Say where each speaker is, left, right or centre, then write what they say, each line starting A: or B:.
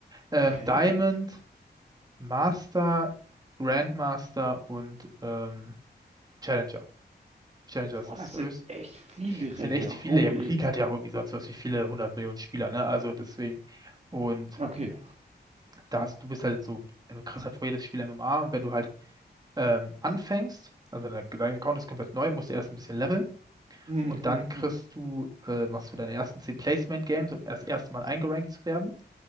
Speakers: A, on the right; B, on the right.
A: ähm,
B: Okay.
A: Diamond, Master, Grandmaster und ähm, Challenger. Challenger
B: Boah,
A: ist das
B: das
A: höchste.
B: sind echt viele
A: Es
B: Ränge.
A: sind echt viele,
B: Holy.
A: ja gut, League hat ja auch irgendwie sonst was wie viele hundert Millionen Spieler, ne? Also deswegen. Und
B: Okay.
A: da hast, du bist halt so, du kriegst halt vor jedes Spiel MMA und wenn du halt ähm, anfängst, also wenn dein dein Account ist komplett neu, musst du erst ein bisschen leveln
B: Hm,
A: und
B: hm,
A: dann kriegst
B: hm.
A: du, äh, machst du deine ersten 10 Placement Games, um erst das erste Mal eingerankt zu werden